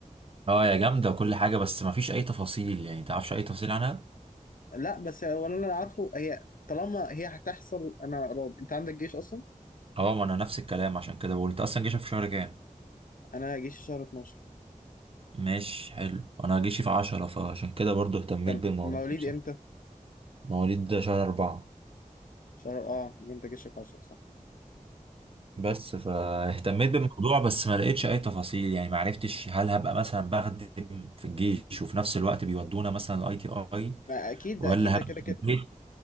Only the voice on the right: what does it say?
اه يا جامده وكل حاجه بس ما فيش اي تفاصيل يعني تعرفش اي تفاصيل عنها
اه ما انا نفس الكلام عشان كده بقول انت اصلا جيشك في شهر كام
ماشي حلو انا جيشي في عشرة فعشان كده برضو اهتميت
بالموضوع
ده بصراحه
مواليد شهر أربعة
بس فاهتميت بالموضوع بس ما لقيتش اي تفاصيل يعني ما عرفتش هل هبقى مثلا بخدم في الجيش وفي نفس الوقت بيودونا مثلا الاي تي اي
ولا
هبقى
في البيت